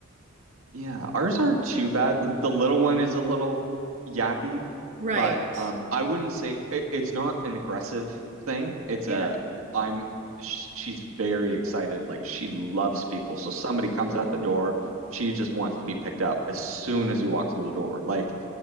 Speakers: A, on the right (about 85°); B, on the right (about 35°).
A: Yeah, ours aren't too bad. L- The little one is a little yappy,
B: right.
A: but um, I wouldn't say it, it's not an aggressive thing. It's
B: Yeah.
A: a I'm sh she's very excited. Like she loves people. So somebody comes at
B: Oh,
A: the door, she just wants to be picked up as soon as you walk through the door. Like